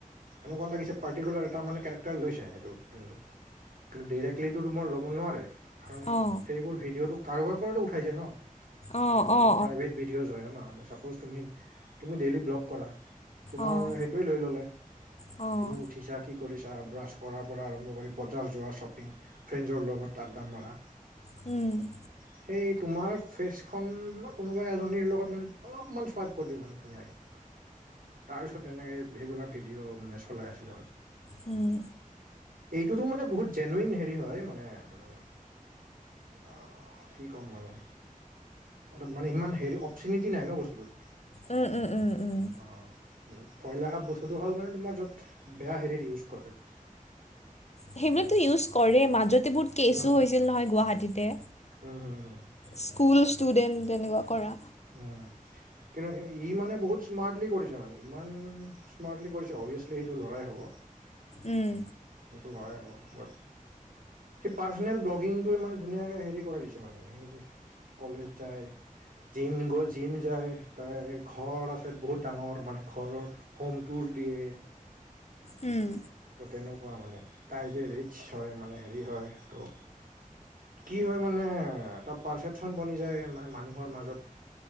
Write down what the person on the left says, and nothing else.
অঁ অঁ
অঁ
অঁ
অঁ অঁ
উম।
উম।
উম, উম, উম, উম।
সেইবিলাকতো
ইউজ কৰে, মাজতে বহুত কেছো
হৈছিল নহয় গুৱাহাটীতে।
স্কুল ষ্টুডেণ্ট, তেনেকুৱা কৰা।
উম,
উম।